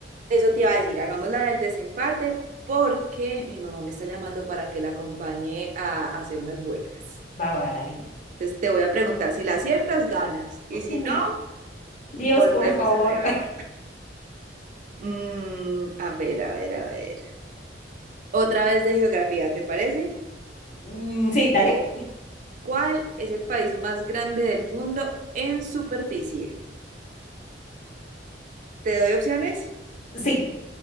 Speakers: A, on the right; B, on the left.
A: Eso te iba a decir, hagamos la del desempate porque mi mamá me está llamando para que la acompañe a hacer unas vueltas.
B: Va, va, va, dale.
A: Entonces te voy a preguntar si la aciertas, ganas. Y
B: <laughs>
A: si no,
B: Dios,
A: volvemos
B: por favor.
A: a rebaño.
B: <laughs>
A: Mm, a ver, a ver, a ver. Otra vez de geografía, ¿te parece?
B: Mm, Sí, dale.
A: ¿Cuál es el país más grande del mundo en superficie? Te doy opciones.
B: Sí.